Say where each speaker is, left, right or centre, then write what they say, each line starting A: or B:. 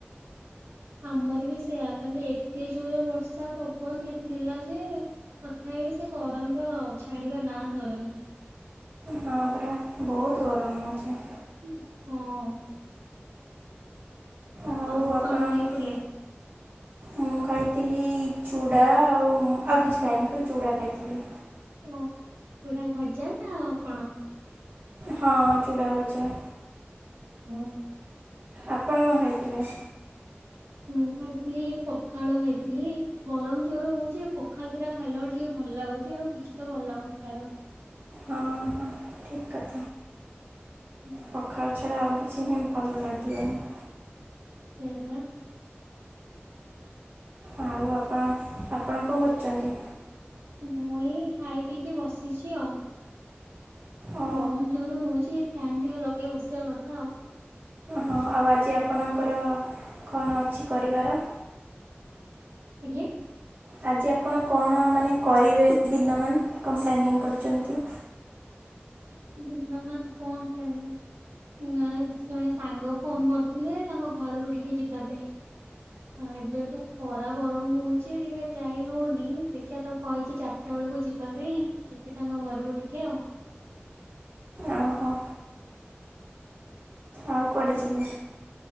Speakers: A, on the right; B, on the right.
A: ଆମର ବି ସେୟା କାଲି ଏତେ ଜୋରେ ବର୍ଷା ପବନ ଏତ ହେଲା ଯେ ତଥା ବିି ସେ ଗରମ ର ଛାଡିବା ନା ଧରନି
B: ହଁ ପରା ବହୁତ ଗରମ ହଉଛି।
A: ହୁଁ ହଁ
B: ହଉ
A: ଆଉ
B: ଆପଣଙ୍କ
A: କଣ ଖାଇଥିଲେ?
B: ମୁଁ ଖାଇଥିଲି ଚୁଡ଼ା ଆଉ ଆଉ କିଛି ଖାଇନି ଖାଲି ଚୁଡ଼ା ଖାଇଥିଲି।
A: ଓହୋ ଚୁରା ଭଜା ନା ଆଉ କଣ?
B: ହଁ ଚୂଡା ଭଜା।
A: ହୁଁ
B: ଆପଣ କଣ ଖାଇଥିଲେ?
A: ମୁଁ ଖାଇଥିଲି ପଖାଳ ଖାଇଥିଲି ଗରମ ଜୋର ହଉଛି ପଖାଳ ଦିଟା ଖାଇଲା ବେଳ ଟିକେ ଭଲ ଲାଗୁଛି ଆଉ କିଛି ତ ଭଲଲାଗୁନି ଖାଇବାକୁ
B: ହଁ ହଁ ଠିକ କଥା।
A: ହୁଁ <inaudible>
B: ପଖାଳ ଛଡ଼ା ଆଉ କିଛି ହିଁ ଭଲ ଲାଗିବନି।
A: ସେୟାବା
B: ଆଉ ଆପଣ ଆପଣ କଣ କରୁଛନ୍ତି?
A: ମୁଁ ଏଇ ଖାଇ ପିଇକି ବସିଛି ଆଉ।
B: ଓ
A: ଗରମ ଜୋର ହଉଛି ଫ୍ୟାନ୍ ଟିକେ ଲଗେଇ ବସିବା କଥା ଆଉ।
B: ହଁ ଆଉ ଆଜି ଆପଣଙ୍କର କଣ ଅଛି କରିବାର?
A: ଆଜ୍ଞା
B: ଆଜି ଆପଣ କଣ ମାନେ କଇବେ ଦିନମାନ କଣ ପ୍ଲାନିଂ କରିଛନ୍ତି?
A: ଦିନ ମାନ କଣ ପ୍ଲାନିଙ୍ଗ ଜଏଁ ଜଣେ ସାଙ୍ଗ ଫୋନ କରିଥିଲେ ତାଙ୍କ ଘରକୁ ଟିକେ ଯିବା ପାଇଁ। ହଁ ଏବେ ତ ଖରା ଗରମ ହଉଛି ଟିକେ ଯାଇ ହଉନି ଦେଖିବା ତାକୁ କହିକି ଚାର ଚାରିଟା ବେଳକୁ ଯିବା ପାଇଁ ଯିବି ତାଙ୍କ ଘରକୁ ଟିକେ ଆଉ।
B: ଓହୋ ଆଉ କୁଆଡେ ଯିବି